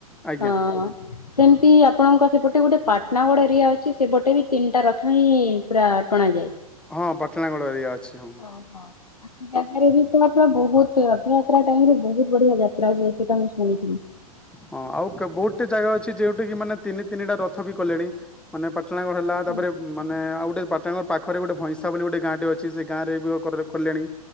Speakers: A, in the centre; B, on the left.
A: ଆଜ୍ଞା
B: ହଁ ସେମିତି ଆପଣଙ୍କ ସେପଟେ ଗୋଟେ ପାଟନା ଗୋଡ ଏରିଆ ଅଛି ସେପଟେ ବି ତିନିଟା ରଥ ହିଁ ପୁରା ଟଣାାଯାଏ।
A: ହଁ ପାଟଣାଗଡ଼ ଏରିଆ ଅଛି ମୁଁ।
B: <unintelligible> ବି ତ ଆପଣ ବହୁତ। ସେ ରଥଯାତ୍ରା ଟାଇମ୍ ରେ ବୋହୁତ୍ ବଢିଆ ଯାତ୍ରା ହୁଏ ସେଇଟା ମୁଁ ଶୁଣିଥିଲି।
A: ହଁ ଆଉ ବହୁତ୍ ଜାଗା ଅଛି ଯୋଉଠି କି ମାନେ ତିନି ତିନିଟା ରଥ ବି କଲେଣି। ମାନେ ପାଟ୍ଣାଗଡ଼ ହେଲା ତାପରେ
B: ହୁଁ
A: ମାନେ ଆଉ ଗୋଟେ ପାଟ୍ଣାଗଡ ପାଖରେ ଗୋଟେ ଭଇଁସା ବୋଲି ଗୋଟେ ଗାଁଟେ ଅଛି ସେ ଗାଁରେ ବି କଲେଣି